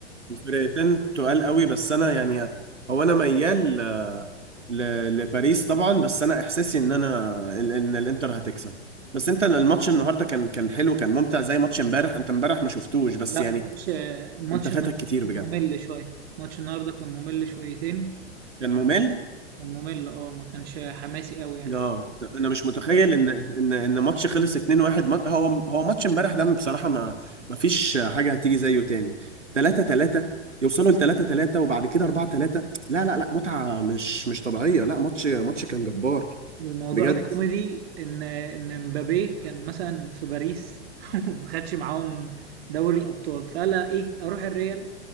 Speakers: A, on the right (about 85°); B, on the right (about 55°).
A: الفرقتين تقال قوي بس انا يعني هو انا ميال آه، ل- لباريس طبعا بس انا احساسي ان انا ال- ان الانتر هتكسب بس انت الماتش النهارده كان كان حلو كان ممتع زي ماتش امبارح انت امبارح ما شفتوش بس
B: لا
A: يعني
B: ماتش آه، ماتش
A: انت فاتك
B: الن-
A: كتير
B: كان
A: بجد
B: ممل شوية ماتش النهارده كان ممل شويتين
A: كان ممل
B: كان ممل اه ما كانش حماسي قوي يعني
A: اه انا مش متخيل ان ان ان ماتش خلص 2-1 ما- هو هو ماتش امبارح ده بصراحه ما ما فيش حاجه هتيجي زيه تاني 3-3 يوصلوا ل 3-3 وبعد كده 4-3 لا لا لا متعه مش مش طبيعيه لا ماتش ماتش كان جبار
B: الموضوع
A: بجد
B: الكوميدي ان ان مبابي كان مثلا في باريس <laughs> ما خدش معاهم دوري الابطال فقال ايه اروح الريال